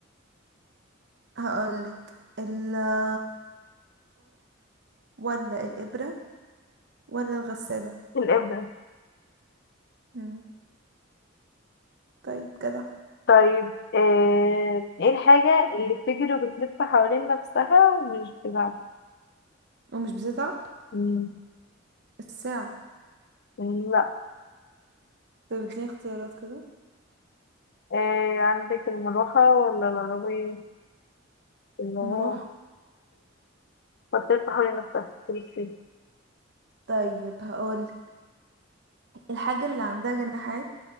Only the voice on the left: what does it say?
الإبرة
طيب آه، ايه الحاجة اللي بتجري وبتلف حوالين نفسها ومش بتتعب
مم،
لا
إيه عندك المروحة ولا العربية اللي هو
بطارية تحولي نفسها بالسيف